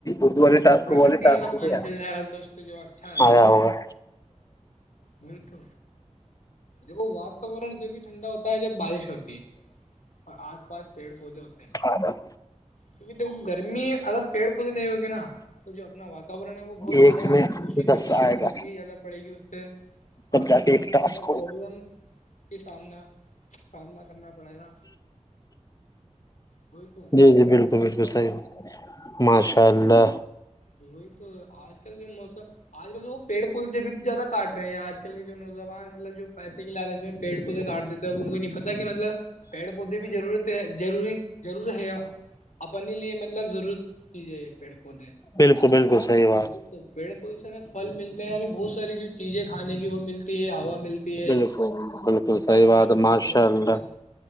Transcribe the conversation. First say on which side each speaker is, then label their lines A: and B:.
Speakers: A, on the left (about 30°); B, on the left (about 85°).
A: اردو والے
B: جو
A: ٹاسک
B: پرکرتی
A: والے ٹاسک
B: والا پانی
A: تھے
B: چل جائے گا تو اس سے جو اچھا رہائے
A: آیا
B: گا
A: ہوگا
B: وہی تو دیکھو واتاورن جب بھی ٹھنڈا ہوتا ہے جب بارش ہوتی ہے اور آس پاس پیڑ پودے ہوتے ہیں
A: ہاں <unintelligible>
B: کیونکہ دیکھو گرمی اگر پیڑ پودے نہیں ہوگی نا تو جو اپنا وااتاورن ہے وہ بہت
A: ایک
B: زیادہ
A: میں
B: دشت
A: دس
B: ہوگا اور
A: آئے
B: گرمی
A: گا
B: زیادہ پڑے گی اس سے اور
A: تب
B: اس
A: جا
B: میں
A: کے ایک
B: بہت
A: ٹاسک
B: زیادہ
A: ہوگا
B: پرابلم کے سامنا سامنا کرنا پڑے گا کوئی تو
A: جی جی بالکل بالکل صحیح ماشاء اللہ
B: وہی تو آج کل جو موسم آج کل جو وہ پیڑ پودے بھی زیادہ کاٹ رہے ہیں آج کل آج کل کے جو نوجوان مطلب جو پیسے کی لالچی میں پیڑ پودے کاٹ دیتے انوں بھی نہیں پتا کہ مطلب پیڑ پودے بھی ضرورت ضروری ضرور ہے اپنے لیے مطلب ضرور کیجیے یہ پیڑ پودے
A: بالکل بالکل صحیح بات
B: وہ تو پیڑ پود سے میں پل ملتے ہیں یعنی بہت ساری جو چیزیں کھانے کی وہ ملتی ہے ہوا ملتی ا
A: بالکل بالکل صحیح
B: اچھا
A: بات
B: جو واتورن
A: ماشاء اللہ
B: ملتا ہے